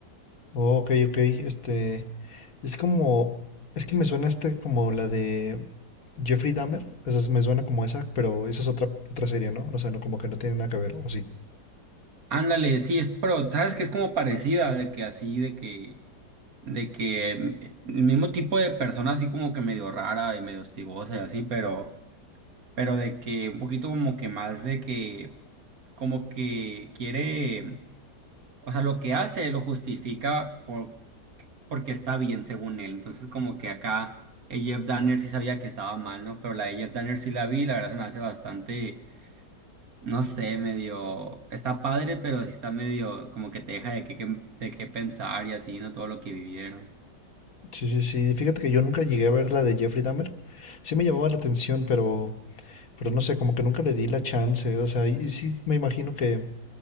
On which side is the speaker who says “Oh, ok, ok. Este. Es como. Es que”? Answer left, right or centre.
Left